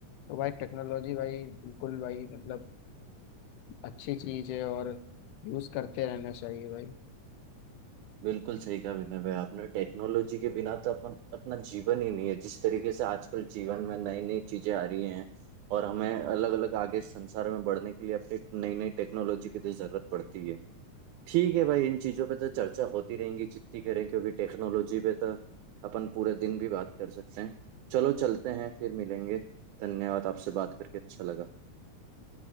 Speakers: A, on the left (about 85°); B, on the right (about 80°).
A: तो भाई टेक्नोलॉजी भाई बिल्कुल भाई मतलब अच्छी चीज़ है और यूज़ करते रहना चाहिए भाई
B: बिल्कुल सही कहा विनय भाई आपने टेक्नोलॉजी के बिना तो अपन अपना जीवन ही नहीं है जिस तरीके से आजकल जीवन में नई नई चीजें आ रही हैं और हमें अलग अलग आगे संसार में बढ़ने के लिए अपनी नई नई टेक्नोलॉजी की तो जरूरत पड़ती है ठीक है भाई इन चीज़ों पे तो चर्चा होती रहेंगी जितनी करें क्योंकि टेक्नोलॉजी पे तो अपन पूरे दिन भी बात कर सकते हैं चलो चलते हैं फिर मिलेंगे धन्यवाद आपसे बात करके अच्छा लगा